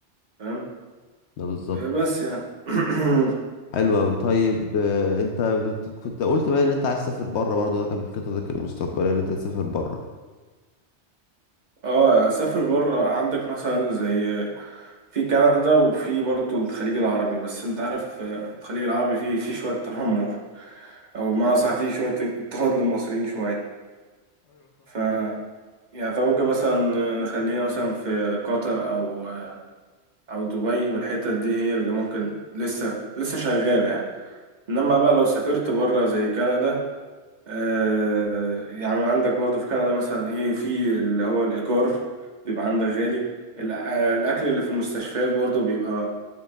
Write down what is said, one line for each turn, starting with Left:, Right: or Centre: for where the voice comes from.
Right: فاهم
Left: ده بالظبط
Right: إيه، بس يعني <clears throat>
Left: حلو قوي طيب آه، انت بت... كنت قلت بقى ان انت عايز تسافر بره برضو ده كان من خططك المستقبليه ان انت تسافر بره
Right: اه اسافر بره عندك مثلا زي في كندا وفي برضه الخليج العربي بس انت عارف آه، الخليج العربي فيه فيه شويه تنمر او بمعنى صح فيه شويه اضطهاد للمصريين شويه ف يعني فممكن مثلا خلينا مثلا في قطر او او دبي والحتت دي هي اللي ممكن لسه لسه شغاله يعني انما بقى لو سافرت بره زي كندا آه يعني عندك برضو في كندا مثلا ايه في اللي هو الايجار بيبقى عندك غالي الأ- الاكل اللي في المستشفيات برضو بيبقى